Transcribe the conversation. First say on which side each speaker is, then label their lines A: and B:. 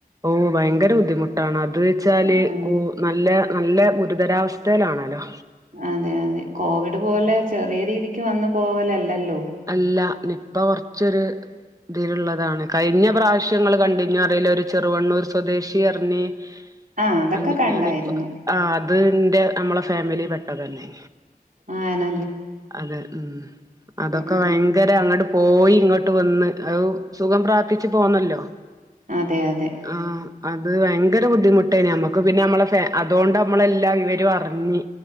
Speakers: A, on the right; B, on the right.
A: ഓ ഭയങ്കര ബുദ്ധിമുട്ടാണ് അത് ന്ന് വെച്ചാല്
B: ആഹ്
A: കൂ നല്ല നല്ല ഗുരുതരാവസ്ഥയിലാണലോ.
B: അതെ അതെ കോവിഡ് പോലെ ചെറിയ രീതിക്ക് വന്ന് പോവലല്ല ഇല്ലല്ലോ
A: അല്ല നിപ്പ കുറച്ചൊരു ഇതിലുള്ളതാണ് കഴിഞ്ഞ പ്രാവശ്യങ്ങള് കണ്ടഞ്ഞ അറിയില്ലേ ഒരു ചെറുവണ്ണൂർ സ്വദേശി അറിഞ്ഞി
B: ആഹ് അതൊക്കെ
A: കണ്ട്
B: കണ്ടായിരുന്നു
A: ഞാനിപ്പോ ആ അത് ന്റെ നമ്മള ഫാമിലി പെട്ട തന്നെ
B: ആ നൻ
A: അതെ ഉം അതൊക്കെ
B: ആഹ്
A: വയങ്കര അങ്ങട് പോയി ഇങ്ങട്ട് വന്ന് അഹ് സുഖം പ്രാപിച്ച് പോന്നല്ലോ
B: അതെ അതെ
A: ആഹ് അത് വയങ്കര ബുദ്ധിമുട്ടേ ഞമ്മക്ക് പിന്നെ നമ്മളെ ഫാ അതോണ്ട് നമ്മളെല്ലാ വിവരും അറിഞ്